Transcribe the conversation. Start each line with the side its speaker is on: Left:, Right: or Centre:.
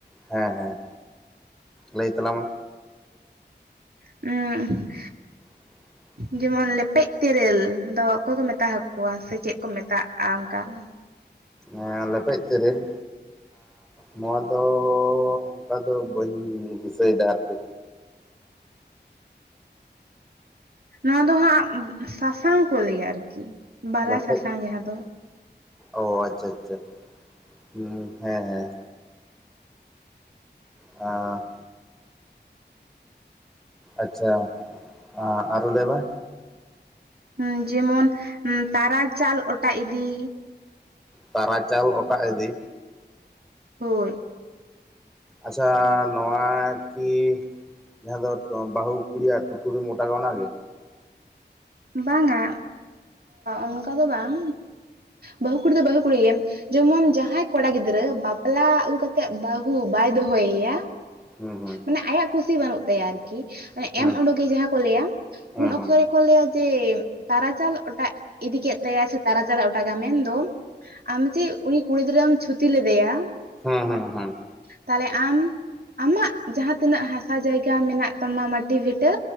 Centre: ᱦᱮᱸ ᱦᱮᱸ ᱞᱟᱹᱭ ᱛᱟᱞᱟᱝ ᱢᱮ
Right: <unintelligible> ᱩᱸ <unintelligible>
Centre: <inaudible>
Right: ᱡᱮᱢᱚᱱ ᱞᱮᱯᱮᱡ ᱛᱮᱨᱮᱞ ᱫᱚ ᱚᱠᱚᱭ ᱠᱚ ᱢᱮᱛᱟ ᱦᱟᱠᱚᱣᱟ ᱥᱮ ᱪᱮᱫ ᱠᱚ ᱢᱮᱛᱟᱜᱼᱟ ᱚᱱᱠᱟ <inaudible>
Centre: ᱦᱮᱸ ᱞᱮᱯᱮᱡ ᱛᱤᱨᱤᱞ ᱱᱚᱣᱟ ᱫᱚᱻᱚᱱᱠᱟ ᱫᱚ ᱵᱟᱹᱧ ᱫᱤᱥᱟᱹᱭᱮᱫᱟ ᱟᱨᱠᱤ
Right: ᱱᱚᱣᱟ ᱫᱚ ᱦᱟᱸᱜ ᱥᱟᱥᱟᱝ ᱠᱚ ᱞᱟᱹᱭᱟ ᱟᱨᱠᱤ ᱵᱟᱞᱟ
Centre: ᱞᱮᱯᱮᱡ
Right: ᱥᱟᱥᱟᱝ ᱡᱟᱦᱟᱸ ᱫᱚ
Centre: ᱚ ᱟᱪᱪᱷᱟ ᱟᱪᱪᱷᱟ ᱦᱩᱸ ᱦᱮᱸ ᱦᱮᱸ ᱟ ᱟᱪᱪᱷᱟ ᱟᱸ ᱟᱨ ᱦᱚᱸ ᱞᱟᱹᱭ ᱢᱮ
Right: ᱩᱸ ᱡᱮᱢᱚᱱ ᱛᱟᱨᱟ ᱪᱟᱞ ᱚᱴᱟ ᱤᱫᱤ
Centre: ᱛᱟᱨᱟ ᱪᱟᱞ ᱚᱴᱟᱜ ᱤᱫᱤ
Right: ᱦᱳᱭ
Centre: ᱟᱪᱪᱷᱟ ᱱᱚᱣᱟ ᱠᱤ ᱡᱟᱦᱟᱸ ᱫᱚ ᱵᱟᱹᱦᱩ ᱠᱩᱲᱤ ᱭᱟᱜ ᱴᱳᱴᱩᱨᱮᱢ ᱚᱴᱟᱜᱟ ᱚᱱᱟ ᱜᱮ
Right: ᱵᱟᱝᱟ ᱚᱱᱠᱟ ᱫᱚ ᱵᱟᱝ ᱵᱟᱹᱦᱩ ᱠᱩᱲᱤ ᱫᱚ ᱵᱟᱹᱦᱩ ᱠᱩᱲᱤ ᱜᱮ ᱡᱮᱢᱚᱱ ᱡᱟᱦᱟᱸᱭ ᱠᱚᱲᱟ ᱜᱤᱫᱽᱨᱟᱹ ᱵᱟᱯᱞᱟ ᱟᱹᱜᱩ ᱠᱟᱛᱮᱜ ᱵᱟᱹᱦᱩ ᱵᱟᱭ ᱫᱚᱦᱚ ᱭᱮᱭᱟ
Centre: ᱦᱩᱸ
Right: ᱢᱟᱱᱮ ᱟᱭᱟᱜ ᱠᱩᱥᱤ ᱵᱟᱹᱱᱩᱜ ᱛᱟᱭᱟ ᱟᱨᱠᱤ
Centre: ᱦᱩᱸ
Right: ᱮᱢ ᱩᱰᱩᱠᱮ ᱡᱟᱦᱟᱸ ᱠᱚ ᱞᱟᱹᱭᱟ
Centre: ᱦᱩᱸ
Right: ᱩᱱ
Centre: ᱦᱩᱸ
Right: ᱚᱠᱛᱚᱨ ᱨᱮ ᱦᱚᱲ ᱠᱚ ᱞᱟᱹᱭᱟ ᱡᱮ ᱛᱟᱨᱟᱪᱟᱞ ᱚᱴᱟᱜ ᱤᱫᱤ ᱠᱮᱫ ᱛᱟᱭᱟ ᱥᱮ ᱛᱟᱨᱟᱪᱟᱞᱮ ᱚᱴᱟᱜᱟ ᱢᱮᱱᱫᱚ ᱟᱢ ᱡᱮ ᱩᱱᱤ ᱠᱩᱲᱤ ᱜᱤᱫᱽᱨᱟᱹᱢ ᱪᱷᱩᱛᱤ ᱞᱮᱫᱮᱭᱟ
Centre: ᱦᱮᱸ ᱦᱮᱸ ᱦᱮᱸ
Right: ᱛᱟᱦᱞᱮ ᱟᱢ ᱟᱢᱟᱜ ᱡᱟᱦᱟᱸ ᱛᱤᱱᱟᱹᱜ ᱦᱟᱥᱟ ᱡᱟᱭᱜᱟ ᱢᱮᱱᱟᱜ ᱛᱟᱢᱟ ᱢᱟᱴᱤ ᱵᱷᱤᱴᱟᱹ